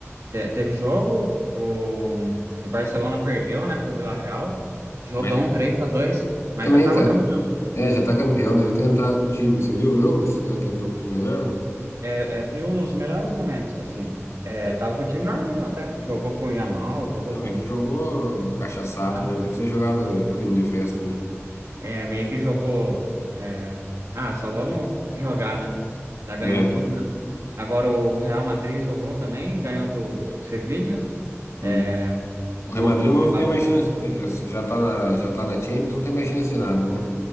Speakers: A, on the right (about 80°); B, on the left (about 70°).
A: Te- teve jogo, o, o Barcelona perdeu, né, pro Villarreal. Jogão
B: Mas
A: três a dois mas
B: também
A: já tava
B: tá.
A: campe-
B: É, já tá campeão, deve ter entrado com o time. Você viu o jogo? Será que entrou com o time reserva?
A: é, é, viu os melhores momentos, assim. É,
B: É.
A: tava com o time normal até. Jogou com o Yamal, jogou
B: É, mas
A: com.
B: que jogou cachaçado,
A: Ah,
B: né? Deve ter jogado em clima de festa, né?
A: é, meio que jogou. é, ah, só vamos jogar, né? Já ganhou
B: É.
A: tudo mesmo. Agora o Real Madrid jogou também, ganhou do Sevilha. É,
B: Hum.
A: gol
B: O Real Madrid
A: do
B: não
A: Mbappé.
B: tem mais chance. tem- é, já tá na, já tá na Champions, não tem mais chance de nada, né?